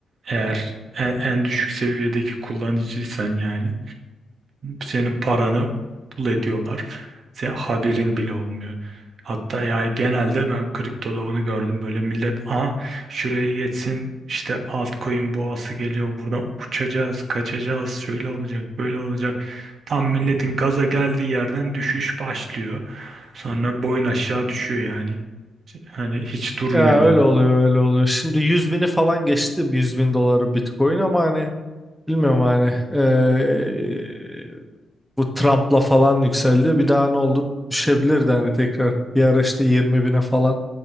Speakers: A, on the right; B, in the centre.
A: eğer en, en düşük seviyedeki kullanıcıysan yani senin paranı pul ediyorlar. Sen haberin bile olmuyor. Hatta yani genelde ben kriptoda bunu gördüm. Böyle millet aha şuraya geçsin işte altcoin boğası geliyor. Buradan uçacağız, kaçacağız, şöyle olacak, böyle olacak. Tam milletin gaza geldiği yerden düşüş başlıyor. Sonra boyun aşağı düşüyor yani. Hani hiç durmuyor
B: Ya
A: da.
B: öyle oluyor öyle oluyor. Şimdi 100 bini falan geçti 100 bin doları Bitcoin ama hani bilmiyorum hani e, bu Trump'la falan yükseldi. Bir daha ne oldu düşebilirdi hani tekrar. Bir ara işte 20 bine falan